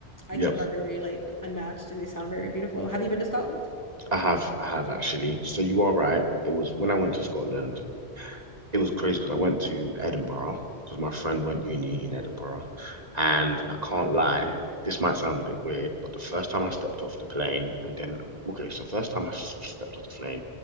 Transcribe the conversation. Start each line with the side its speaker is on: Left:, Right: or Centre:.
Left: I
Right: Yeah.
Left: think are very like unmatched and they sound very beautiful. Have you been to Scotland?
Right: I have I have actually. So you are right. It was when I went to Scotland. it was crazy because I went to Edinburgh because my friend went uni in Edinburgh, and
Left: Mhm.
Right: I can't lie, this might sound a bit weird, but the first time I stepped off the plane, and then okay, so first time I stepped off the plane,